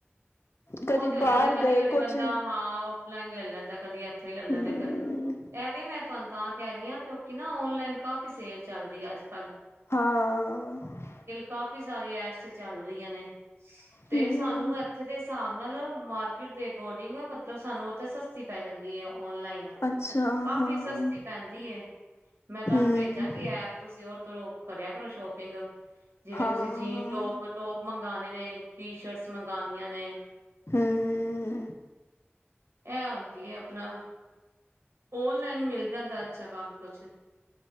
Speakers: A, on the right; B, on the left.
A: ਉਹ
B: ਕਦੀ
A: ਤੇ
B: ਬਾਹਰ
A: ਹੋ ਜਾਂਦਾ ਕਦੀ
B: ਗਏ
A: ਕਦੀ
B: ਕੁਛ
A: ਬੰਦਾ ਹਾਂ ਔਫਲਾਈਨ ਨ ਲੈ ਲੈਂਦਾ ਕਦੀ ਇੱਥੋਂ ਹੀ ਲੈ ਲੈਂਦਾ
B: ਹੂੰ
A: ਕਦੇ ਇਹ ਇਹ ਮੈਂ ਤੁਹਾਨੂੰ ਤਾਂ ਕਹਿ ਰਹੀ ਹਾਂ ਕਿਉਂਕਿ ਨਾ ਔਨਲਾਈਨ ਕਾਫ਼ੀ ਸੇਲ ਚੱਲ ਰਹੀ ਹੈ ਅੱਜ ਕੱਲ੍ਹ
B: ਹਾਂ
A: ਕਾਫੀ ਸਾਰੀ ਐਪਸ ਚੱਲ ਰਹੀਆਂ ਨੇ ਤੇ
B: ਹੂੰ
A: ਸਾਨੂੰ ਇੱਥੇ ਦੇ ਹਿਸਾਬ ਨਾਲ ਮਾਰਕੀਟ ਦੇ ਅਕੋਰਡਿੰਗ ਮਤਲਬ ਸਾਨੂੰ ਉੱਥੇ ਸਸਤੀ ਪੈ ਜਾਂਦੀ ਓਨਲਾਈਨ
B: ਅੱਛਾ ਹਾਂ
A: ਕਾਫੀ ਸਸਤੀ ਪੈਂਦੀ ਹੈ ਮੈਂ ਤੁਹਾਨੂੰ
B: ਹੂੰ
A: ਭੇਜਾਂਗੀ ਐਪ ਤੁਸੀਂ ਉਹ ਲੋ ਕਰਿਆ ਕਰੋ ਸ਼ੋਪਿੰਗ ਜਿਵੇਂ
B: ਹਾਂ-ਹਾਂ
A: ਤੁਸੀਂ ਜੀਨ ਟੋਪ ਟੋਪ ਮੰਗਵਾਉਣੇ ਨੇ ਟੀ ਸ਼ਰਟਸ ਮੰਗਉਣੀਆਂ ਨੇ
B: ਹਮ
A: ਇਹ ਹੁੰਦੀ ਆਪਣਾ ਓਨਲਾਈਨ ਮਿਲ ਜਾਂਦਾ ਅੱਛਾ ਕਾਫੀ ਕੁਛ